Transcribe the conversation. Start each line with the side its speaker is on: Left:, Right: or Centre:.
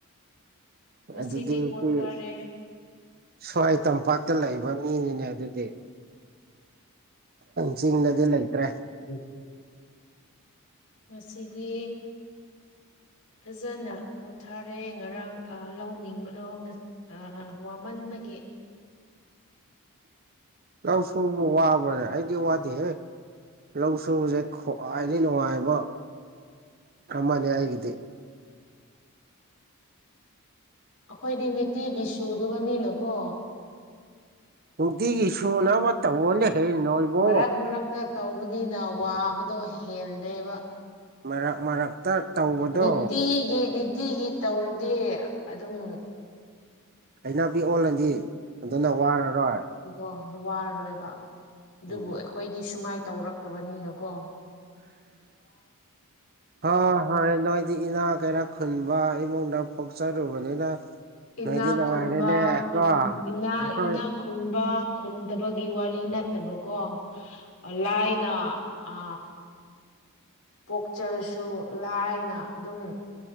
Left: ꯉꯁꯤꯗꯤ
Right: ꯑꯗꯨꯗꯗꯁ
Left: ꯄꯣꯊꯥꯔꯦ
Right: ꯁ꯭ꯋꯥꯏ ꯇꯝꯄꯥꯛꯇ ꯂꯩꯕ ꯃꯤꯅꯤꯅꯦ ꯑꯗꯨꯗꯤ ꯆꯤꯡꯗꯗꯤ ꯂꯩꯇ꯭ꯔꯦ
Left: ꯎꯝ ꯉꯁꯤꯗꯤ ꯐꯖꯅ ꯄꯣꯊꯔꯦ ꯉꯔꯥꯡ ꯂꯧꯅꯤꯡꯕꯗꯣ ꯑ ꯋꯥꯃꯟꯕꯒꯤ
Right: ꯥꯂꯧ ꯁꯨꯕꯨ ꯋꯥꯕ꯭ꯔꯅꯦ ꯑꯩꯗꯤ ꯋꯥꯗꯦ ꯍꯦ ꯂꯧ ꯁꯕꯁꯦ ꯈ꯭ꯋꯥꯏꯗꯒꯤ ꯅꯨꯡꯉꯥꯏꯕ ꯑꯃꯅꯤ ꯑꯩꯒꯤꯗꯤ
Left: ꯑꯩꯈꯣꯏꯗꯤ ꯅꯤꯇꯤꯒꯤ ꯁꯨꯗꯨꯕꯅꯤꯅ‌ꯦꯀꯣ
Right: ꯅꯨꯡꯇꯤꯒꯤ ꯁꯨꯅꯕ ꯇꯧꯕꯅꯦꯍꯦ ꯅꯣꯏꯕꯣ
Left: ꯃꯔꯔꯥꯡ ꯃꯔꯔꯥꯡꯇ ꯇꯧꯕꯅꯤꯅ ꯋꯥꯕꯗꯣ ꯍꯦꯜꯂꯦꯕ
Right: ꯃꯔꯛ ꯃꯔꯛꯇ ꯇꯧꯕꯗꯣ
Left: ꯅꯤꯇꯤꯒꯤ ꯅꯤꯇꯤꯒꯤ ꯇꯧꯔꯗꯤ ꯑꯗꯨꯝ
Right: ꯍꯅꯥꯄꯤ ꯑꯣꯜꯂꯗꯤ ꯑꯗꯨꯅ ꯋꯥꯔꯔꯣꯏ
Left: ꯑꯣ ꯋꯥꯔꯣꯏꯕ ꯑꯗꯨꯕꯨ
Right: ꯎꯝ
Left: ꯑꯩꯈꯣꯏꯗꯤ ꯁꯨꯃꯥꯏꯅ ꯇꯧꯔꯛꯇꯕꯅꯤꯅꯀꯣ
Right: ꯑ ꯍꯣꯏ ꯅꯣꯏꯗꯤ ꯏꯅꯥ ꯀꯩꯔꯥ ꯈꯨꯟꯕ ꯏꯃꯨꯡꯗ ꯄꯣꯛꯆꯔꯨꯕꯅꯤꯅ
Left: ꯏꯅꯥꯛ
Right: ꯅꯣꯏꯗꯤ ꯅꯨꯡꯉꯥꯏꯔꯦꯅꯦ
Left: ꯈꯨꯟꯕ ꯈꯨꯟ
Right: ꯀꯣ
Left: ꯏꯅꯥ
Right: ꯑꯩꯈꯣꯏ
Left: ꯏꯅꯥ ꯈꯨꯟꯕ ꯈꯨꯟꯗꯕꯒꯤ ꯋꯥꯔꯤ ꯅꯠꯇꯕꯀꯣ ꯑꯣꯂꯥ ꯑꯏꯅ ꯑ ꯄꯣꯛꯆꯔꯁꯨ ꯂꯥꯏꯅ ꯑꯗꯨꯝ